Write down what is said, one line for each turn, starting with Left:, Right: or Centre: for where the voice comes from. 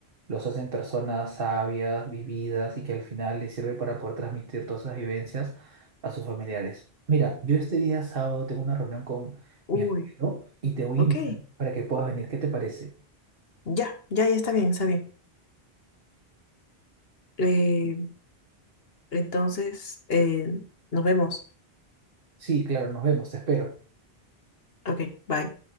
Right: los hacen personas sabias, vividas y que al final les sirve para poder transmitir todas esas vivencias a sus familiares. Mira, yo este día sábado tengo una reunión con
Left: Uy,
Right: mi abuelo y te voy
Left: ok.
Right: a invitar para que puedas venir. ¿Qué te parece?
Left: Ya, ya, ya está bien, está bien. Eh, entonces, eh, nos vemos.
Right: Sí, claro, nos vemos, te espero.
Left: Ok, bye.